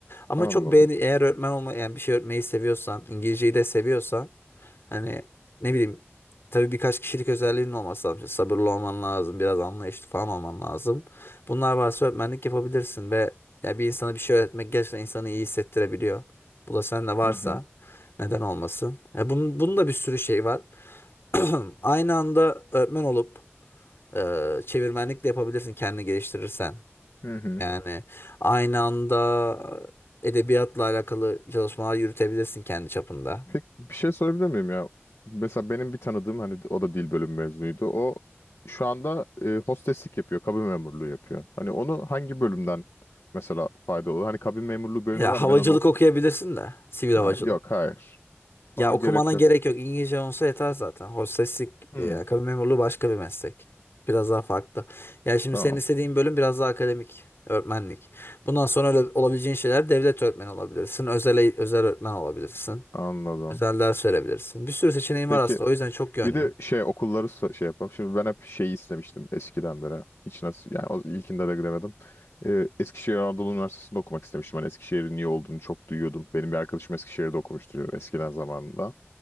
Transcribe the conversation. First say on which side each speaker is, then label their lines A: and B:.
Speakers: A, on the left; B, on the left.
A: Ama
B: anladım.
A: çok beğeni eğer öğretmen olma yani bir şey öğretmeyi seviyorsan, İngilizceyi de seviyorsan Hani ne bileyim tabii birkaç kişilik özelliğinin olması lazım. İşte sabırlı olman lazım, biraz anlayışlı falan olman lazım. Bunlar varsa öğretmenlik yapabilirsin ve ya bir insana bir şey öğretmek gerçekten insanı iyi hissettirebiliyor. Bu da sende varsa
B: Hı hı.
A: neden olmasın? Ya bunun, bunun da bir sürü şey var. <clears throat> Aynı anda öğretmen olup e, çevirmenlik de yapabilirsin kendini geliştirirsen.
B: Hı hı.
A: Yani aynı anda edebiyatla alakalı çalışmalar yürütebilirsin kendi çapında.
B: Peki bir şey sorabilir miyim ya? Mesela benim bir tanıdığım hani o da dil bölümü mezunuydu. O şu anda e, hosteslik yapıyor, kabin memurluğu yapıyor. Hani onu hangi bölümden mesela fayda olur? Hani kabin memurluğu bölümü
A: Ya
B: var
A: havacılık
B: da ben onu oku.
A: okuyabilirsin de. Sivil havacılık.
B: Ha, yok hayır.
A: Ya
B: Ona
A: okumana
B: gerek yok.
A: gerek yok. İngilizce olsa yeter zaten. Hosteslik
B: Hmm,
A: ya kabin memurluğu başka bir meslek. Biraz daha farklı. Ya şimdi
B: tamam
A: senin istediğin bölüm biraz daha akademik. Öğretmenlik. Bundan sonra öyle olabileceğin şeyler devlet öğretmeni olabilirsin. Özel, e, özel öğretmen olabilirsin.
B: anladım.
A: Özel ders verebilirsin. Bir sürü seçeneğin
B: Peki
A: var aslında. O yüzden çok yönlü.
B: Bir de şey okulları so- şey yapalım. Şimdi ben hep şeyi istemiştim eskiden beri. Hiç nasıl yani o ilkinde de gidemedim. Ee, Eskişehir Anadolu Üniversitesi'nde okumak istemiştim. Hani Eskişehir'in iyi olduğunu çok duyuyordum. Benim bir arkadaşım Eskişehir'de okumuştu eskiden zamanında.